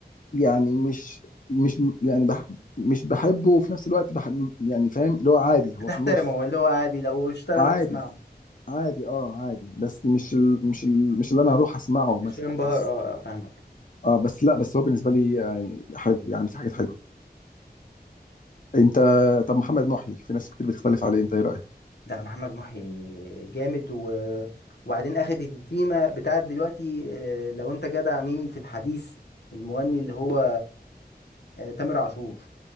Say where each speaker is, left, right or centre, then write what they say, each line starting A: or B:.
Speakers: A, on the left (about 50°); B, on the left (about 80°).
A: يعني مش مش يعني بح مش بحبه وفي نفس الوقت بحب يعني فاهم اللي هو عادي
B: بت-
A: هو
B: بتحترمه
A: في النص
B: ولا هو عادي لو اشتغل
A: عادي
B: هتسمعه
A: عادي اه عادي بس مش ال مش ال مش اللي انا هروح اسمعه
B: مش
A: مثلا
B: انبهر
A: بس
B: اه اه، فاهمك
A: اه بس لا بس هو بالنسبه لي آه، حلو يعني في حاجات حلوه انت طب محمد محي في ناس كتير بتختلف عليه انت ايه رايك
B: لا محمد محي جامد و... وبعدين اخد التيمة بتاعت دلوقتي اه، لو انت جدع مين في الحديث المغني اللي هو اه، تامر عاشور